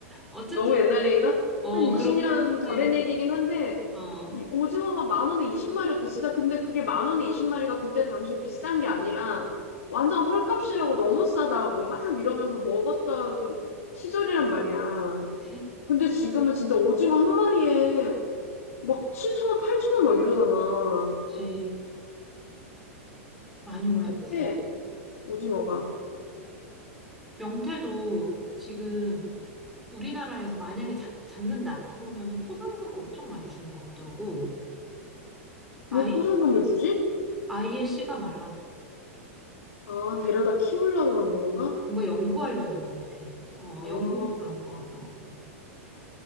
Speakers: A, in the centre; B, on the left.
A: 어쨌든,
B: 너무 옛날 얘기인가?
A: 어,
B: 한 20년
A: 그렇긴 한데,
B: 더 된 얘기긴 한데
A: 어.
B: 이 오징어가 만 원에 20마리였다. 진짜 근데 그게 만 원에 20마리가 그때 당시에 비싼 게 아니라 완전 헐값이라고 너무 싸다고 막 이러면서 먹었던 시절이란 말이야.
A: 그치?
B: 근데 지금은 진짜 오징어 한 마리에 막 7천원, 8천원 막 이러잖아.
A: 그치. 많이 올랐지.
B: 어때? 오징어가.
A: 명태도 지금 우리나라에서 만약에 잡, 잡는다 그러면은 포상금을 엄청 많이 주는 것 같더라고. 아예
B: 왜 포상금을
A: 그냥
B: 주지?
A: 아예 씨가 말라서
B: 아, 데려다 키우려고 그러는 건가?
A: 뭔가 연구하려는 것 같아. 어
B: 아,
A: 연구 목적인 것
B: 아,
A: 같더라고.